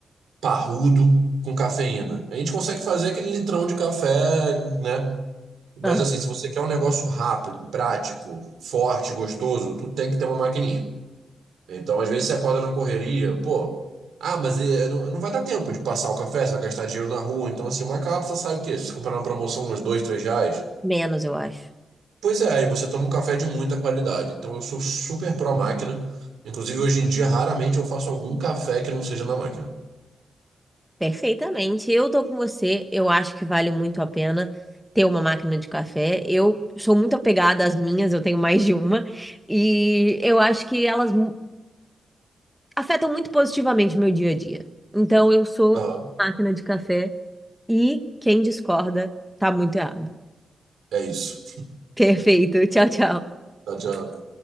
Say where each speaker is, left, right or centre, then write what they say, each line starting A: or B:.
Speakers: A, on the right; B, in the centre.
A: parrudo com cafeína. A gente consegue fazer aquele litrão de café, né? Mas
B: Aham.
A: assim, se você quer um negócio rápido, prático, forte, gostoso, tu tem que ter uma maquininha. Então, às vezes, você acorda na correria, pô, ah, mas eh, não, não vai dar tempo de passar o café, você vai gastar dinheiro na rua. Então, assim, uma cápsula sai o quê? Se você comprar na promoção uns dois, três reais?
B: Menos, eu acho.
A: Pois é, aí você toma um café de muita qualidade. Então, eu sou super pró máquina. Inclusive, hoje em dia, raramente eu faço algum café que não seja na máquina.
B: Perfeitamente. Eu tô com você. Eu acho que vale muito a pena ter uma máquina de café. Eu sou muito apegada às minhas, eu tenho mais de uma. E eu acho que elas afetam muito positivamente o meu dia a dia. Então eu sou
A: Ah,
B: máquina de café e quem discorda tá muito errado.
A: é isso.
B: <laughs> Perfeito. Tchau, tchau.
A: Tchau, tchau.